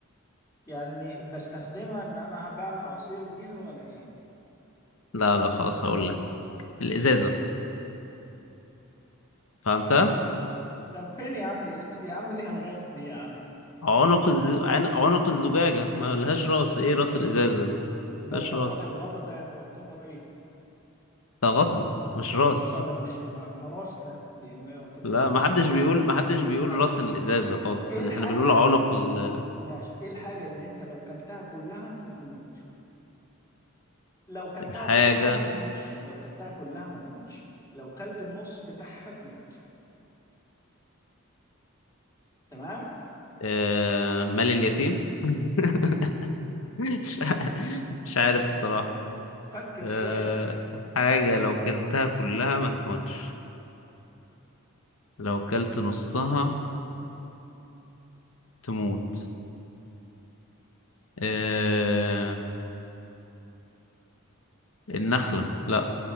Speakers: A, on the left; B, on the left.
A: يعني بستخدمها إن أنا بعمل عصير بيها ولا إيه
B: لا لا خلاص هقول لك الإزازة فهمتها
A: طب فين يا عم يا عم ليها راس دي يا عم
B: عنق الز... عن- عنق الزجاجة ملهاش راس ايه راس الإزازة دي
A: ما
B: ملهاش
A: الغطاء
B: راس
A: الغطا ده بيعتبر إيه
B: ده غطا مش
A: أما
B: راس
A: الغطا ده مش ما ما راس ده ليه ما
B: <laughs>
A: يعتبرش
B: لا ما حدش بيقول ما حدش بيقول
A: طب
B: راس الإزازة خالص
A: إيه
B: ان
A: الحاجة
B: احنا بنقول عنق ال-
A: ماشي إيه الحاجة اللي أنت لو كلتها كلها بتموت لو كلتها
B: الحاجة
A: كلها ما تموتش لو كلتها كلها ما تموتش لو كلت النص بتاعها تموت تمام
B: آه... مال اليتيم <laughs> مش ع- مش عارف الصراحة
A: فكر
B: آه...
A: شوية
B: حاجة لو كلتها كلها ما تموتش لو كلت نصها تموت آه... النخلة لا